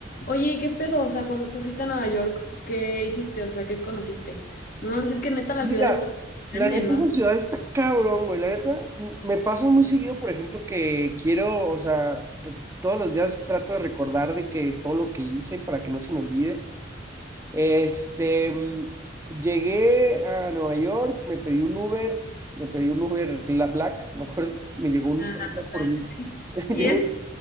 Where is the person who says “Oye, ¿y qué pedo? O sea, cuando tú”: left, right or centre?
Left